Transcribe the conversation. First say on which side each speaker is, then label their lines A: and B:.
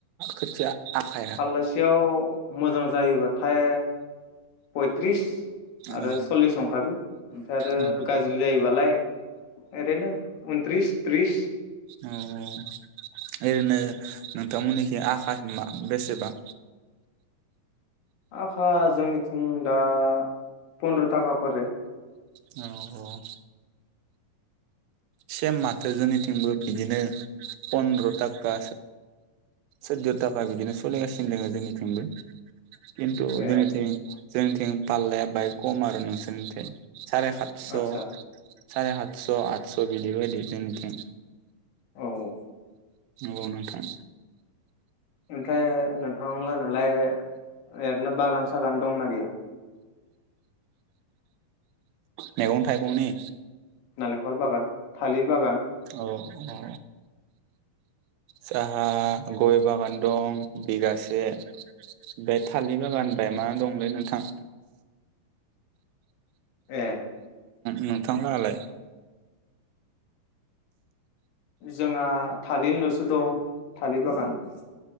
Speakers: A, on the right; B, on the left.
A: खोथिया आखाया
B: फाललासेयाव मोजां जायोबाथाय पयथ्रिस आरो
A: औ
B: सल्लिस अंखारो आमफ्राय आरो
A: औ
B: गाज्रि जायोबालाय ओरैनो उनथ्रिस त्रिस
A: औ औ ओरैनो नोंथांमोननिखि आखा है बेसेबां
B: आखा जोंनिथिं दा फन्द्र थाखा करि
A: औ औ सेम माथो जोंनिथिंबो बिदिनो फन्दद्र' थाखा सैदद' थाखा बिदिनो सलिगासिनो दोङ जोंनिथिंबो खिन्थु जोंनिथि।
B: ए
A: जोंनिथिं पाललाया बाहाय खम आरो नोंसोरनिथिं सारे सातस'।
B: आदसा
A: सारे आत स' आत स' बिदि बादि जोंनिथिं।
B: औ औ।
A: औ नोंथां
B: ओमफ्राय नोंथांला नालाय ओरैनो बागान सागान दंना गैया।
A: मैगं थाइगंनि
B: नालेंखर बागान थालिर बागान
A: औ औ जाहा गय बागान दं बिगासे आमफाय थालिर बागान माय मा दंलै नोंथां
B: ए।
A: नोंथांलाहालाय
B: जोंहा थालिरल'सो दं थालिर बागान।